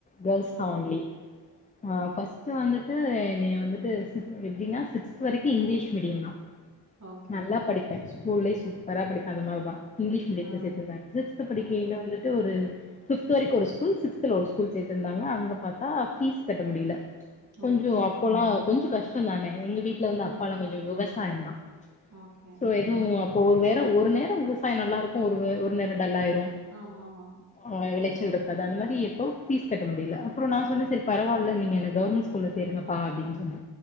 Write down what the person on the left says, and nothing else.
கேர்ள்ஸ்
தா ஒன்லி ஆஹ் ஃபர்ஸ்ட் வந்துட்டு என்னைய வந்துட்டு எப்டின்னா சிக்ஸ்த் வரைக்கு இங்கிலீஷ் மீடியம் நா
நல்லா படிப்பே ஸ்கூல்லே சூப்பரா படிப்ப அந்தமாரிதா இங்கிலீஷ் மீடியத்தத்தை
சேர்த்திருந்தாங்க சிக்ஸ்த் படிக்கையையில்
வந்துட்டு ஒரு பிப்த் பிப்த் வரைக்கும் ஒரு ஸ்கூல் சிக்ஸ்தல ஒரு ஸ்கூல் சேர்த்திருந்தாங்க அங்க பார்த்தா பீஸ் கட்ட முடியல கொஞ்சோ
அப்போல்லாம் கொஞ்சம் கஷ்டம் <unintelligible> எங்க வீட்டுல வந்து
அப்பாலா கொஞ்சம் விவசாயம் தான்
சோ எதுவும் ஒரு வேற ஒரு நேரம் விவசாயம் நல்லாருக்கும் ஒரு வே ஒரு நேரம் டல்லாயிரும்
ஆஹ் விளைச்சல் இருக்கு அது அந்த மாதிரி இப்போ பீஸ் கட் ட முடில அப்புறம் நான் சொன்னே சரி பரவால்ல நீங்க என்ன கவர்மண்ட் ஸ்கூல்ல சேருங்கப்பா அப்டின்னு சொன்னே